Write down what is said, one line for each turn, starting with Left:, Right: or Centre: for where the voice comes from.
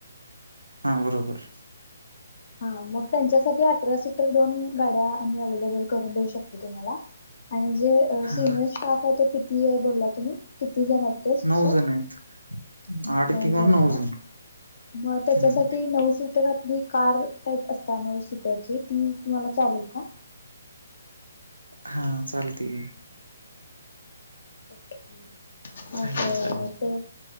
Right: हां बरोबर.
Left: हां मग त्यांच्यासाठी अठरा सीटर दोन गाड्या आम्ही अवेलेबल करून देऊ शकतो, तुम्हाला. आणि जे अ
Right: हा
Left: सिनियर स्टाफ आहे तो किती ये बोलला तुम्ही, किती जण यत? ते शिक्षक,
Right: नऊ जण आहेत. आठ
Left: नऊजण
Right: किंवा नऊ
Left: का?
Right: जण
Left: मग त्याच्यासाठी
Right: हम्म
Left: नऊ सीटर आपली. कार टाईप असता नऊ सीटरची, ती तुम्हाला चालेल का?
Right: हां चालतय.
Left: ओके, मग
Right: चालेल चालेल
Left: ते